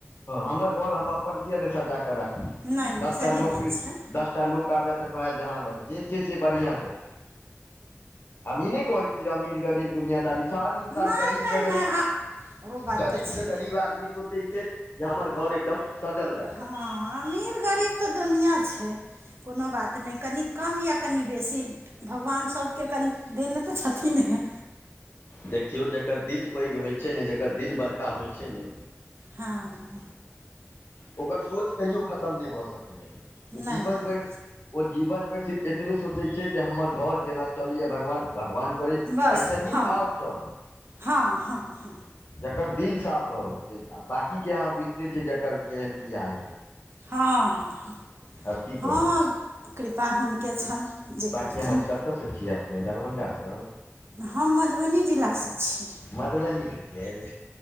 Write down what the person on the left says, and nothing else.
हमर घर हम अपन किए नहि सजा कऽ राखी।
दसटा
लोकके
दस टा लोक आबै तऽ कहै जे हँ भाइ जे छै से बढ़िआँ छै। हम ई नहि कहै छी अमीर, गरीब, दुनियादारी, सारी इन्सान
गरीब
जखैन
गरीब
से गरीब आदमी सोचै छै जे हमर घर एकदम सजल रहै।
देखियौ जकर दिल पैघ होइ छै ने जकर दिल बड़का होइ छै ने
ओकर सोच कहियो खतम नहि भऽ सकै छै,
जीवन
भरि ओ जीवनभरि सिर्फ एतबे सोचै छै जे हमर घर जेना चलैए भगवान भगवान करै
ऐसे नीक
और चले,
जकर दिल साफ रहै छै बाँकीके अहाँ बुझिते छियै जकर केहन की हाल छै।
आब की
कहू
बाँकी
अहाँ कतयसँ छियै अपने दरभंगा स।
मधुबनी से छियै?